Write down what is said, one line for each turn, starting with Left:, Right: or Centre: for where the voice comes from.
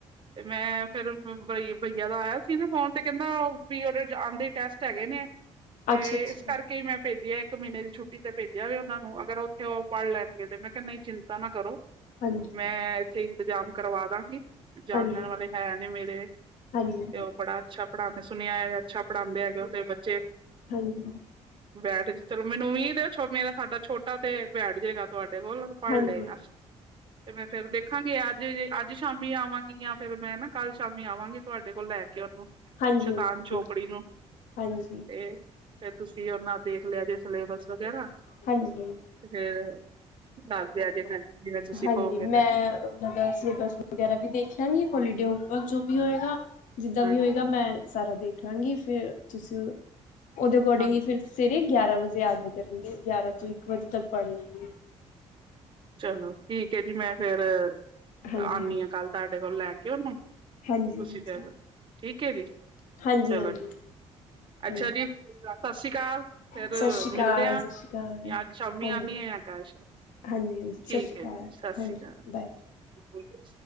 Right: ਤੇ ਮੈਂ ਫਿਰ ਬਈ, ਭਈਆ ਦਾ ਆਇਆ ਸੀ ਨਾ ਫੋਨ ਤੇ ਕਹਿੰਦਾ ਵੀ ਉਹਦੇ ਆਉਂਦੇ ਟੈਸਟ ਹੈਗੇ ਨੇ। ਤੇ
Left: ਅੱਛਾ ਅੱਛਾ
Right: ਇਸ ਕਰਕੇ ਹੀ ਮੈਂ ਭੇਜਿਆ ਇੱਕ ਮਹੀਨੇ ਦੀ ਛੁੱਟੀ ਤੇ ਭੇਜਿਆ ਵੇ ਉਹਨਾ ਨੂੰ, ਅਗਰ ਉੱਥੇ ਉਹ ਪੜ੍ਹ ਲੈਣਗੇ ਤੇ ਮੈਂ ਕਿਹਾ ਨਹੀਂ ਚਿੰਤਾ ਨਾ ਕਰੋ।
Left: ਹਾਂਜੀ
Right: ਮੈਂ ਇੰਤਜ਼ਾਮ ਕਰਵਾ ਦਾਂਗੀ। ਜਾਨਣ
Left: ਹਾਂਜੀ
Right: ਵਾਲੇ ਹੈ ਨੇ ਮੇਰੇ
Left: ਹਾਂਜੀ
Right: ਤੇ ਉਹ ਬੜਾ ਅੱਛਾ ਪੜ੍ਹਾਂਦੇ ਸੁਣਿਆ ਹੈ ਅੱਛਾ ਪੜ੍ਹਾਂਦੇ ਹੈਗੇ ਦੋ ਤਿੰਨ ਬੱਚੇ
Left: ਹਾਂਜੀ।
Right: ਬੈਠ ਚਲੋ ਮੈਨੂੰ ਉਮੀਦ ਹੈ, ਮੇਰਾ ਸਾਡਾ ਛੋਟਾ ਤੇ ਬੈਠ ਜਾਏਗਾ ਤੁਹਾਡੇ ਕੋਲ ਪੜ੍ਹ
Left: ਹਾਂਜੀ,
Right: ਲਏਗਾ
Left: ਹਾਂਜੀ,
Right: ਤੇ ਮੈਂ ਫੇਰ ਦੇਖਾਂਗੇ। ਅੱਜੇ, ਅੱਜ ਸ਼ਾਮੀ ਆਵਾਂਗੇ। ਫਿਰ ਮੈਂ ਨਾ ਕੱਲ੍ਹ ਸ਼ਾਮੀ ਆਵਾਂਗੀ ਤੁਹਾਡੇ ਕੋਲ ਲੈ ਕੇ ਉਹਨੂੰ
Left: ਹਾਂਜੀ
Right: ਸ਼ਤਾਨ
Left: ਬਿਲਕੁਲ
Right: ਚੋਪੜੀ ਨੂੰ
Left: ਹਾਂਜੀ,
Right: ਤੇ ਫਿਰ ਤੁਸੀਂ ਉਹ ਨਾ ਦੇਖ ਲਿਆ ਜੇ। ਸਲੇਬਸ ਵਗੈਰਾ
Left: ਹਾਂਜੀ।
Right: ਤੇ ਫੇਰ ਦੱਸ ਦਿਆ ਜੇ ਫਿਰ ਜਿਵੇਂ ਤੁਸੀਂ
Left: ਹਾਂਜੀ
Right: ਕਹੋਗੇ
Left: ਮੈਂ
Right: ਫਿਰ
Left: ਉਹਨਾਂ ਦਾ ਸਿਲੇਬਸ ਵਗੈਰਾ ਵੀ ਦੇਖ ਲਾਂਗੀ। ਹੋਲੀਡੇ ਹੋਮਵਰਕ ਜੋ ਵੀ ਹੋਏਗਾ ਜਿੱਦਾਂ
Right: ਹਾਂਜੀ
Left: ਵੀ ਹੋਏਗਾ ਮੈਂ, ਸਾਰਾ ਦੇਖ ਜਾਂਗੀ ਫੇਰ ਤੁਸੀਂ ਉਹਦੇ ਅਕੋਰਡਿੰਗ
Right: ਹਾਂਜੀ
Left: ਹੀ ਫਿਰ ਸਵੇਰੇ ਗਿਆਰਾਂ ਵਜੇ ਯਾਦ ਵੀ ਕਰਨਗੇ ਗਿਆਰਾਂ ਤੋਂ ਇੱਕ ਵਜੇ ਤੱਕ ਪੜ ਲੈਨਗੇ।
Right: ਚਲੋ ਠੀਕ ਐ ਜੀ ਮੈਂ ਫੇਰ
Left: ਹਾਂਜੀ,
Right: ਆਨੀ
Left: ਹਾਂਜੀ,
Right: ਆ ਕੱਲ੍ਹ ਤੁਹਾਡੇ ਕੋਲ ਲੈ ਕੇ ਉਹਨੂੰ ਤੁਸੀਂ
Left: ਹਾਂਜੀ, ਹਾਂਜੀ,
Right: ਫੇਰ ਠੀਕ ਐ ਜੀ।
Left: ਹਾਂਜੀ,
Right: ਚਲੋ
Left: ਹਾਂਜੀ।
Right: ਜੀ। ਅੱਛਾ
Left: ਹਾਂਜੀ
Right: ਜੀ। <unintelligible> ਸਤਿ ਸ਼੍ਰੀ ਅਕਾਲ। ਫੇਰ
Left: ਸਤਿ ਸ਼੍ਰੀ
Right: ਮਿਲਦੇ
Left: ਅਕਾਲ,
Right: ਆ
Left: ਸਤਿ ਸ਼੍ਰੀ ਅਕਾਲ।
Right: ਯਾ ਅੱਜ ਸ਼ਾਮੀ
Left: ਹਾਂਜੀ,
Right: ਆਨੀ ਆ ਯਾ ਕਲ ਸ਼ਾਮੀ।
Left: ਹਾਂਜੀ, ਹਾਂਜੀ ਸਤਿ
Right: ਠੀਕ
Left: ਸ਼੍ਰੀ ਅਕਾਲ
Right: ਐ ਜੀ, ਸਤਿ
Left: ਹਾਂਜੀ
Right: ਸ਼੍ਰੀ ਅਕਾਲ।
Left: ਬਾਏ।